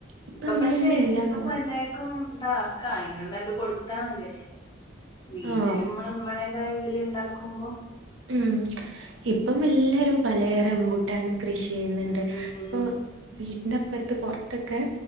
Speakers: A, on the right (about 80°); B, on the left (about 25°).
A: ഇപ്പ
B: ഇപ്പൊ
A: അങ്ങനെൊന്നുംല്ലന്നോണ്.
B: പക്ഷെ എന്തും <unintelligible> ഇത് കൊടുത്താമതി പക്ഷെ വീട്ടിലെമ്മള്
A: ആഹ്
B: നമ്മളെ <inaudible> ഇതിൽ ഉണ്ടാക്കുമ്പോ.
A: ഉം ഇപ്പം എല്ലാരും പലേറെമ്പുട്ടാനും കൃഷി ചെയ്യുന്നുണ്ട്
B: ഉം
A: ഇപ്പം വീട്ടിനപ്പുറത്ത് പൊർത്തൊക്കെ